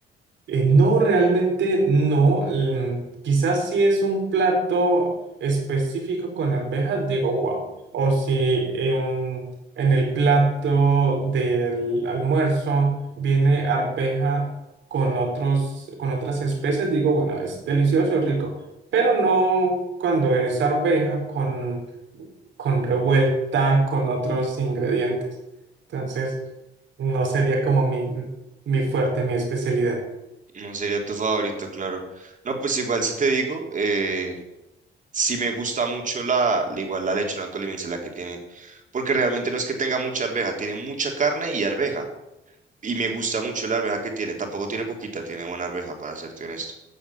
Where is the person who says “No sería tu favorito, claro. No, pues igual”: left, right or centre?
Right